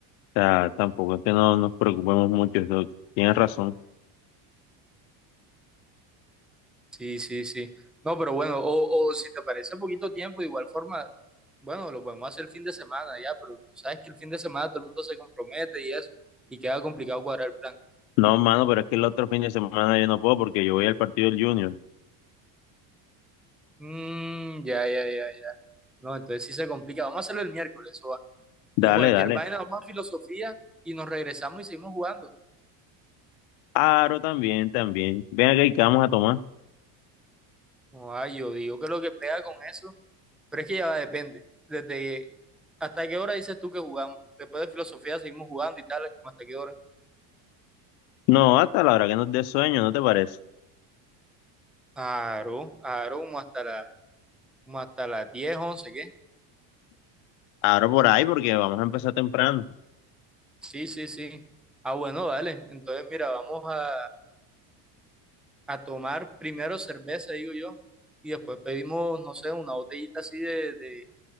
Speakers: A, on the left; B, in the centre.
A: O sea, tampoco es que no nos preocupemos mucho, eso tienes razón.
B: Sí, sí, sí. No, pero bueno, o, o si te parece poquito tiempo, de igual forma, bueno, lo podemos hacer el fin de semana ya, pero tú sabes que el fin de semana todo el mundo se compromete y eso, y queda complicado cuadrar el plan.
A: No, mano, pero es que el otro fin de semana yo no puedo porque yo voy al partido del Junior.
B: Mm, ya, ya, ya, ya. No, entonces sí se complica. Vamos a hacerlo el miércoles, eso va.
A: Dale,
B: Y cualquier
A: dale.
B: vaina, vamos a filosofía y nos regresamos y seguimos jugando.
A: Aro también, también. Ven acá y qué vamos a tomar.
B: Ay, yo digo que lo que pega con eso. Pero es que ya va, depende. Desde hasta qué hora dices tú que jugamos. Después de filosofía seguimos jugando y tal, como hasta qué hora.
A: No, hasta la hora que nos dé sueño, ¿no te parece?
B: Claro, claro, como hasta la, como hasta las diez once ¿qué?
A: Aro por ahí porque vamos a empezar temprano.
B: Sí, sí, sí. Ah, bueno, dale. Entonces, mira, vamos a, a tomar primero cerveza, digo yo, y después pedimos, no sé, una botellita así de, de,